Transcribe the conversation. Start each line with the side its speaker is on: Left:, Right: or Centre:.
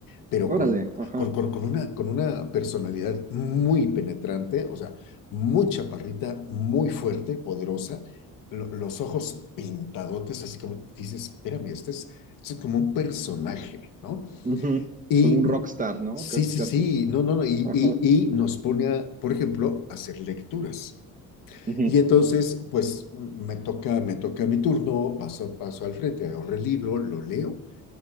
Left: pero
Right: Órale,
Left: con,
Right: ajá,
Left: con, con- con una, con una personalidad muy penetrante, o sea, muy chaparrita, muy fuerte, poderosa, lo- los ojos pintadotes, así como dices, espérame, este es, este es como un personaje, ¿no?
Right: ujú,
Left: Y
Right: Como un rockstar, ¿no?
Left: sí,
Right: Casi,
Left: sí,
Right: casi.
Left: sí, no, no, no, y,
Right: Ajá,
Left: y, y nos pone a, por ejemplo, a hacer lecturas.
Right: ujú,
Left: Y entonces, pues me toca, me toca mi turno, paso, paso al frente, agarro el libro, lo leo.